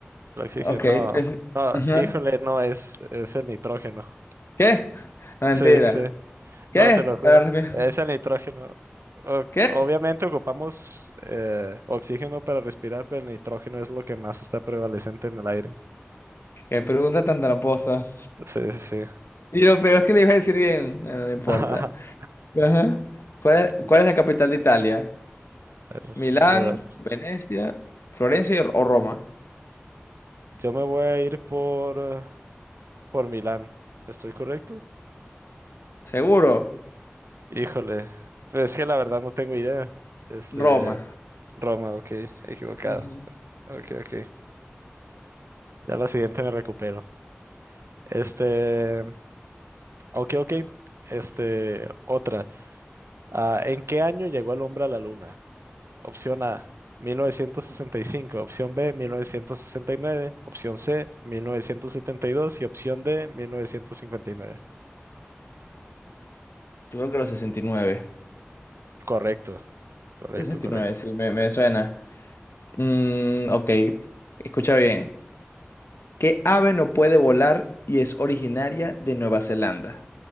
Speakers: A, on the right; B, on the left.
A: El oxígeno,
B: Ok.
A: no,
B: es-
A: no,
B: Ajá.
A: híjole, no es, es el nitrógeno. <laughs>
B: ¿Qué? No, mentira.
A: Sí, sí, sí.
B: ¿Qué?
A: no, te lo juro.
B: A ver, rápido.
A: Es el nitrógeno. O-
B: ¿Qué?
A: obviamente ocupamos eh, oxígeno para respirar, pero el nitrógeno es lo que más está prevalecente en el aire.
B: Qué pregunta tan tramposa.
A: Sí, sí, sí.
B: Y lo peor es que le iba a decir bien. Bueno, no importa.
A: <laughs>
B: Ajá. ¿Cuál
A: Dale,
B: es, cuál es la capital de Italia?
A: A ver,
B: ¿Milán,
A: me das.
B: Venecia, Florencia y- o Roma?
A: Yo me voy a ir por, eh, por Milán. ¿Estoy correcto?
B: Seguro,
A: Híjole. Pues es que la verdad no tengo idea. Este,
B: Roma.
A: Roma, ok, equivocado.
B: Ujú.
A: Ok, ok. Ya la siguiente me recupero. Este, ok, ok. Este, otra. Ah, ¿en qué año llegó el hombre a la luna? Opción A, 1965. Opción B, 1969. Opción C, 1972. Y dos. Y opción D, 1959.
B: Yo creo que los 69.
A: Correcto, correcto,
B: sesenta
A: correcto.
B: y nueve sí, me, me suena. Mm, ok, escucha bien. ¿Qué ave no puede volar y es originaria de Nueva Zelanda?